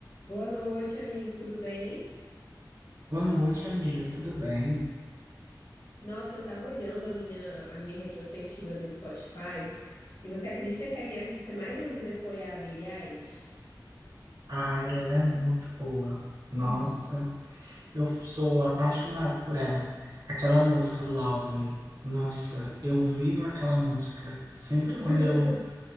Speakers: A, on the left; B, on the right.
A: Boa noite, amigo, tudo bem?
B: Boa noite, amiga. Tudo bem?
A: Nossa, eu tava olhando a minha, a minha retrospectiva do Spotify e você acredita que a minha artista mais ouvida foi a Billie Eilish?
B: Ai, ela é muito boa. Nossa,
A: <clears throat>
B: eu sou apaixonado por ela. Aquela música Lovely. Nossa, eu vivo aquela música. Sempre
A: <laughs>
B: quando eu